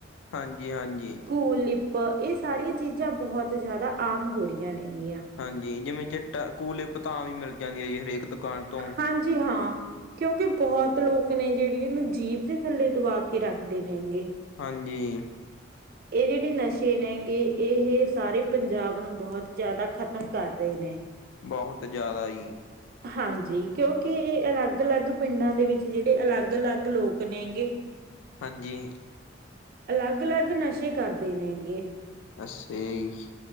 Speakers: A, on the left; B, on the right.
A: ਹਾਂਜੀ-ਹਾਂਜੀ।
B: ਕੂ-ਲਿਪ ਏ ਸਾਰੀਆਂ ਚੀਜ਼ਾਂ ਬੋਹਤ ਜਾਦਾ ਆਮ ਹੋ ਰੀਆ ਨੇ ਗੀਆਂ।
A: ਹਾਂਜੀ ਜਿਵੇਂ ਚਿੱਟਾ ਕੂਲਲਿਪ ਤਾ ਆਮ ਈ ਮਿਲ ਜਾਂਦੀ ਆ ਜੀ ਹਰੇਕ ਦੁਕਾਨ ਤੋਂ।
B: ਹਾਂਜੀ ਹਾਂ। ਕਿਉਂਕਿ ਬੋਹਤ ਲੋਕ ਨੇ ਜੇੜੀ ਏਨੂੰ ਜੀਭ ਦੇ ਥੱਲੇ ਦਵਾ ਕੇ ਰੱਖਦੇ ਨੇ ਗੇ।
A: ਹਾਂਜੀ।
B: ਏ ਜੇੜੇ ਨਸ਼ੇ ਨੇ ਗੇ ਏਹ ਸਾਰੇ ਪੰਜਾਬ ਨੂੰ ਬੋਹਤ ਜਾਦਾ ਖਤਮ ਕਰ ਰਏ ਨੇ।
A: ਬੋਹਤ ਜਾਦਾ ਜੀ।
B: ਹਾਂਜੀ, ਕਿਉਂਕਿ ਏ ਅਲੱਗ-ਅਲੱਗ ਪਿੰਡਾਂ ਦੇ ਵਿੱਚ ਜੇੜੇ ਅਲੱਗ-ਅਲੱਗ ਲੋਕ ਨੇ ਗੇ
A: ਹਾਂਜੀ।
B: ਅਲੱਗ-ਅਲੱਗ ਨਸ਼ੇ ਕਰਦੇ ਨੇ ਗੇ।
A: ਅੱਸ਼ੇਆ ਜੀ।